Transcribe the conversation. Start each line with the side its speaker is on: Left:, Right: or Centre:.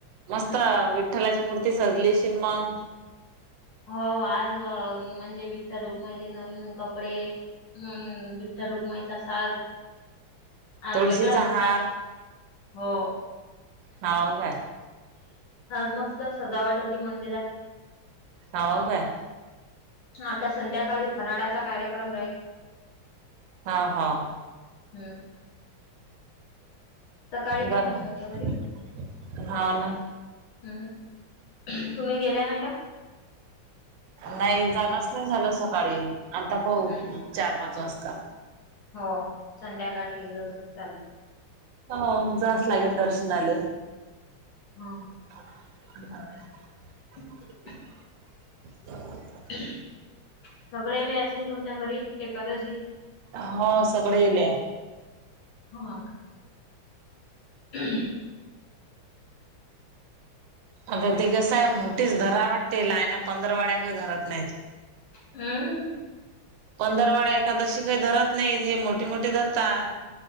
Right: मस्त
Left: हम्म
Right: विठ्ठलाची मूर्ती सजली शिल मग?
Left: हो आज म्हणजे विठ्ठल रुक्माईले नवीन कपडे हं विठ्ठल रुक्माईचा साज आज
Right: तुळशीचा
Left: वेगळाच होता,
Right: हार
Left: हो.
Right: हाव काय.
Left: आज मस्त सजावट होती मंदिरात.
Right: हाव काय.
Left: आता संध्याकाळी फराडाचा कार्यक्रम राहील.
Right: हा हाव.
Left: हम्म सकाळी काही
Right: बरं
Left: नव्हतं आता बरी
Right: हाव ना.
Left: हम्म तुम्ही गेल्या नाही का?
Right: नाही जाणच नाही झालं सकाळी, आता पाहू
Left: हम्म
Right: चार पाच वाजता.
Left: हो संध्याकाळी गेलो तर चालतंय.
Right: हो जास्त लागेल दर्शनाले.
Left: हो.
Right: <unintelligible>
Left: <inaudible>
Right: <inaudible>
Left: <unintelligible> सगळेले अशिन तुमच्या घरी एकादशीन?
Right: हो सगळे येले.
Left: हो <unintelligible> <unintelligible>
Right: आता ती कसं आहे मोठीच धरा वाटते, लायना पंधरवाड्या काय धरत नाहीत.
Left: अं?
Right: पंधरवाडा एकादशी काही धरत नाहीत हे मोठी मोठीे धरतात.